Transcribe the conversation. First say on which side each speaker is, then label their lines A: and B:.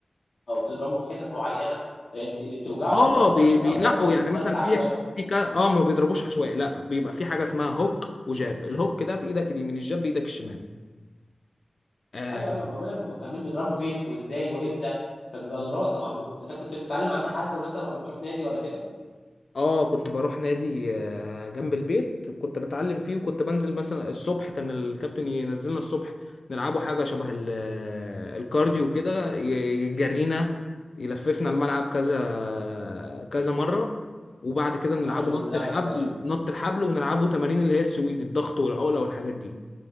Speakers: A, on the left (about 85°); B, on the left (about 65°).
A: او تضربه في حتت معينه إيه، ت- توجعه
B: اه
A: او تاثر
B: بي
A: فيه
B: بينقوا
A: اكتر من
B: يعني
A: الضرب
B: مثلا
A: العشوائي
B: في في كا... اه ما بيضربوش عشوائي لا بيبقى في حاجه اسمها هوك وجاب الهوك ده بايدك اليمين الجاب بايدك الشمال آه،
A: ايوه ايوه ما بالك بيبقى فاهمين بيضربوا فين وازاي وامتى فبيبقى دراسه معموله انت كنت بتتعلم عند حد مثلا ولا بتروح نادي ولا كده
B: اه كنت بروح نادي آه، جنب البيت كنت بتعلم فيه وكنت بنزل مثلا الصبح كان الكابتن ينزلنا الصبح نلعبوا حاجة شبه ال- آه، الكارديو كده ي- يجرينا يلففنا الملعب كذا كذا مرة وبعد كده نلعبه
A: عشان النفس
B: نط الحبل
A: سليم
B: نط الحبل ونلعبه تمارين اللي هي السويدي الضغط والعقلة والحاجات دي